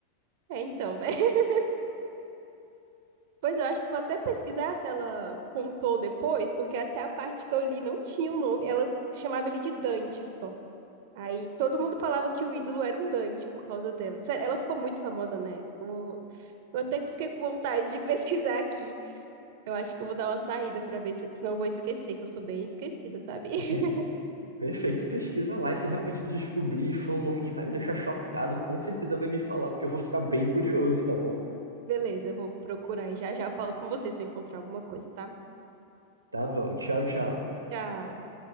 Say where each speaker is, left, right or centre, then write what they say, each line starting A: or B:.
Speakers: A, on the right (about 50°); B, on the right (about 80°).
A: É, então, né? <laughs> Pois eu acho que vou até pesquisar se ela contou depois, porque até a parte que eu li não tinha o nome. Ela chamava ele de Dante só. Aí todo mundo falava que o ídolo era um Dante por causa dela. Sério, ela ficou muito famosa na época. Eu, vou- eu até fiquei com vontade de <laughs> pesquisar aqui. Eu acho que eu vou dar uma saída pra ver se, senão eu vou esquecer, que eu sou bem esquecida, sabe? <laughs>
B: <laughs> Perfeito, pesquisa lá e se realmente descobrir for um nome que vai me deixar chocado, com certeza vai me falar, porque eu vou ficar bem curioso, tá bom?
A: Beleza, eu vou procurar e já já eu falo com você se eu encontrar alguma coisa, tá?
B: Tá bom, tchau, tchau.
A: Tchau.